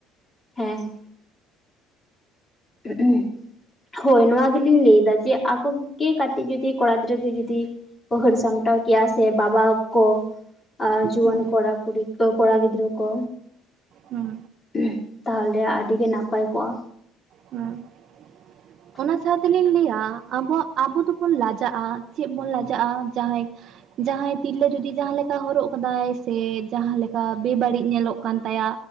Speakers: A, on the left; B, on the right.
A: ᱦᱮᱸ, ᱸ <inaudible> ᱦᱳᱭ ᱱᱚᱣᱟ ᱜᱮᱞᱤᱧ ᱞᱟᱹᱭᱫᱟ ᱡᱮ ᱟᱠᱚᱜᱮ ᱠᱟᱹᱴᱤᱡ ᱡᱩᱫᱤ ᱠᱚᱲᱟ ᱜᱤᱫᱽᱨᱟᱹ ᱜᱮ ᱡᱩᱫᱤ, ᱠᱚ ᱦᱟᱹᱨ ᱥᱟᱢᱴᱟᱣ ᱠᱮᱭᱟ, ᱥᱮ ᱵᱟᱵᱟ ᱠᱚ ᱟᱨ ᱡᱩᱣᱟᱹᱱ
B: ᱦᱩᱸ
A: ᱠᱚᱲᱟ ᱠᱩᱲᱤ ᱠᱚᱲᱟ ᱜᱤᱫᱽᱨᱟᱹ ᱠᱚ᱾
B: ᱦᱩᱸ
A: <unintelligible> ᱛᱟᱦᱚᱞᱮ ᱟᱹᱰᱤ ᱜᱮ ᱱᱟᱯᱟᱭ ᱠᱚᱜᱼᱟ᱾
B: <unintelligible> ᱦᱮᱸ <unintelligible>
A: <inaudible>
B: ᱚᱱᱟ ᱥᱟᱶ ᱛᱮᱞᱤᱧ ᱞᱟᱹᱭᱟ ᱟᱵᱚ ᱟᱵᱚ ᱫᱚᱵᱚᱱ ᱞᱟᱡᱟᱜᱼᱟ, ᱪᱮᱫ ᱵᱚᱱ ᱞᱟᱡᱟᱜᱼᱟ᱾ ᱡᱟᱦᱟᱸᱭ ᱡᱟᱦᱟᱸᱭ ᱛᱤᱨᱞᱟᱹ ᱡᱩᱫᱤ ᱡᱟᱦᱟᱸᱞᱮᱠᱟ ᱦᱚᱨᱚᱜ ᱟᱠᱟᱫᱟᱭ ᱥᱮ ᱡᱟᱦᱟᱸ ᱞᱮᱠᱟ ᱵᱮᱵᱟᱹᱲᱤᱡ ᱧᱮᱞᱚᱜ ᱠᱟᱱ, ᱛᱟᱭᱟ